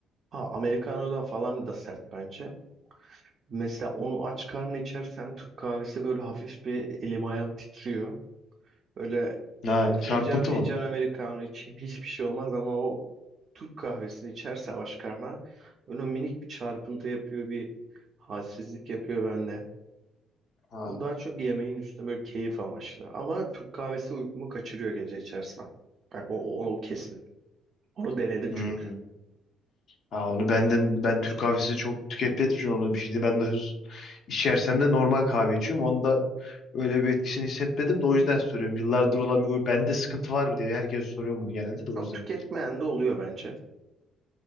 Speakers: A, on the right; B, on the left.
A: Aa, Americano'dan falan da sert bence. Mesela onu aç karnına içersem Türk kahvesi böyle hafif bir elim ayağım titriyor. Böyle
B: Ha,
A: hani fincan
B: çarpıntı
A: fincan
B: mı?
A: Americano içeyim hiçbir şey olmaz ama o Türk kahvesini içersem aç karnına böyle minik bir çarpıntı yapıyor bir halsizlik yapıyor bende.
B: Ha.
A: O daha çok yemeğin üstüne böyle keyif amaçlı. Ama Türk kahvesi uykumu kaçırıyor gece içersem. Bak o, o o kesin. Onu denedim
B: Hmm.
A: çünkü.
B: Ha, onu benden ben Türk kahvesi çok tükettiğim için onu bir şey değil. Ben de hız, içersem de normal kahve içiyorum. onda öyle bir etkisini hissetmedim de o yüzden soruyorum. Yıllardır olan bir huy bende sıkıntı var mı diye herkes soruyor bunu genelde de
A: Çok
B: o yüzden.
A: tüketmeyen de oluyor bence.